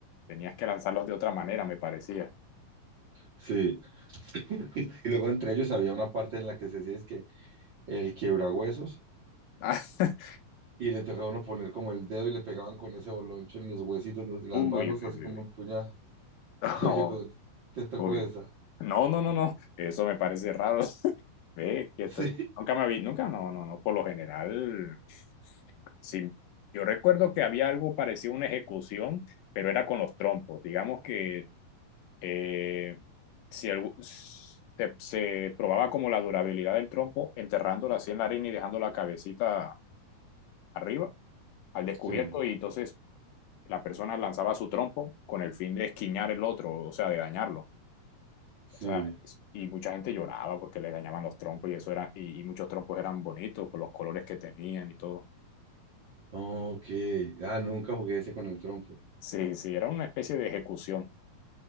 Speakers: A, on the left; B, on the right.
A: Tenías que lanzarlos de otra manera, me parecía.
B: sí. <laughs> Y luego entre ellos había una parte en la que se decía es que el quiebrahuesos
A: Ah, <laughs>
B: y le tocaba a uno poner como el dedo y le pegaban con ese boloncho en los huesitos, en los- en las
A: uy,
B: manos,
A: uy,
B: así
A: uy,
B: como
A: uy.
B: empuñada. <laughs>
A: <laughs>
B: Te,
A: No,
B: llegó- te tocó
A: uy.
B: esa. <laughs>
A: No, no, no, no. Eso me parece raro. <laughs> Ve, que
B: Sí,
A: esto- nunca me vi, nunca, no, no, no. Por lo general, sí. Yo recuerdo que había algo parecido a una ejecución, pero era con los trompos. Digamos que eh, si el- se, se probaba como la durabilidad del trompo, enterrándola así en la arena y dejando la cabecita arriba, al descubierto,
B: sí,
A: y entonces la persona lanzaba su trompo con el fin de esquiñar el otro, o sea, de dañarlo.
B: sí.
A: O sea, es- y mucha gente lloraba porque le dañaban los trompos y eso era, y, y muchos trompos eran bonitos con los colores que tenían y todo.
B: Ok. Ah, nunca jugué ese con el trompo.
A: Sí, sí, era una especie de ejecución.